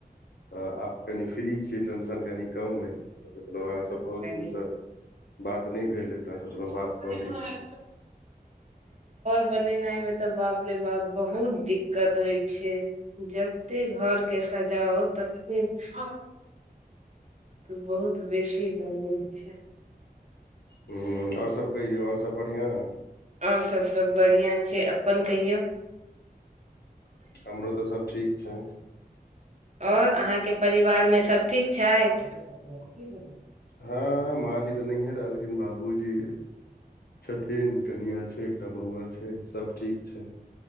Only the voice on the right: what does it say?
आइ-
घर
बनेना मे तऽ बाप रे बाप बहुत दिक दिक्कत होइ छै जतेक घरके सजाउ ततेक बहुत बेसी भए जाय छै
आओर सबसँ बढ़िआँ छै अपन कहियौ
ओर अहाँके परिवारमे सब ठीक छथि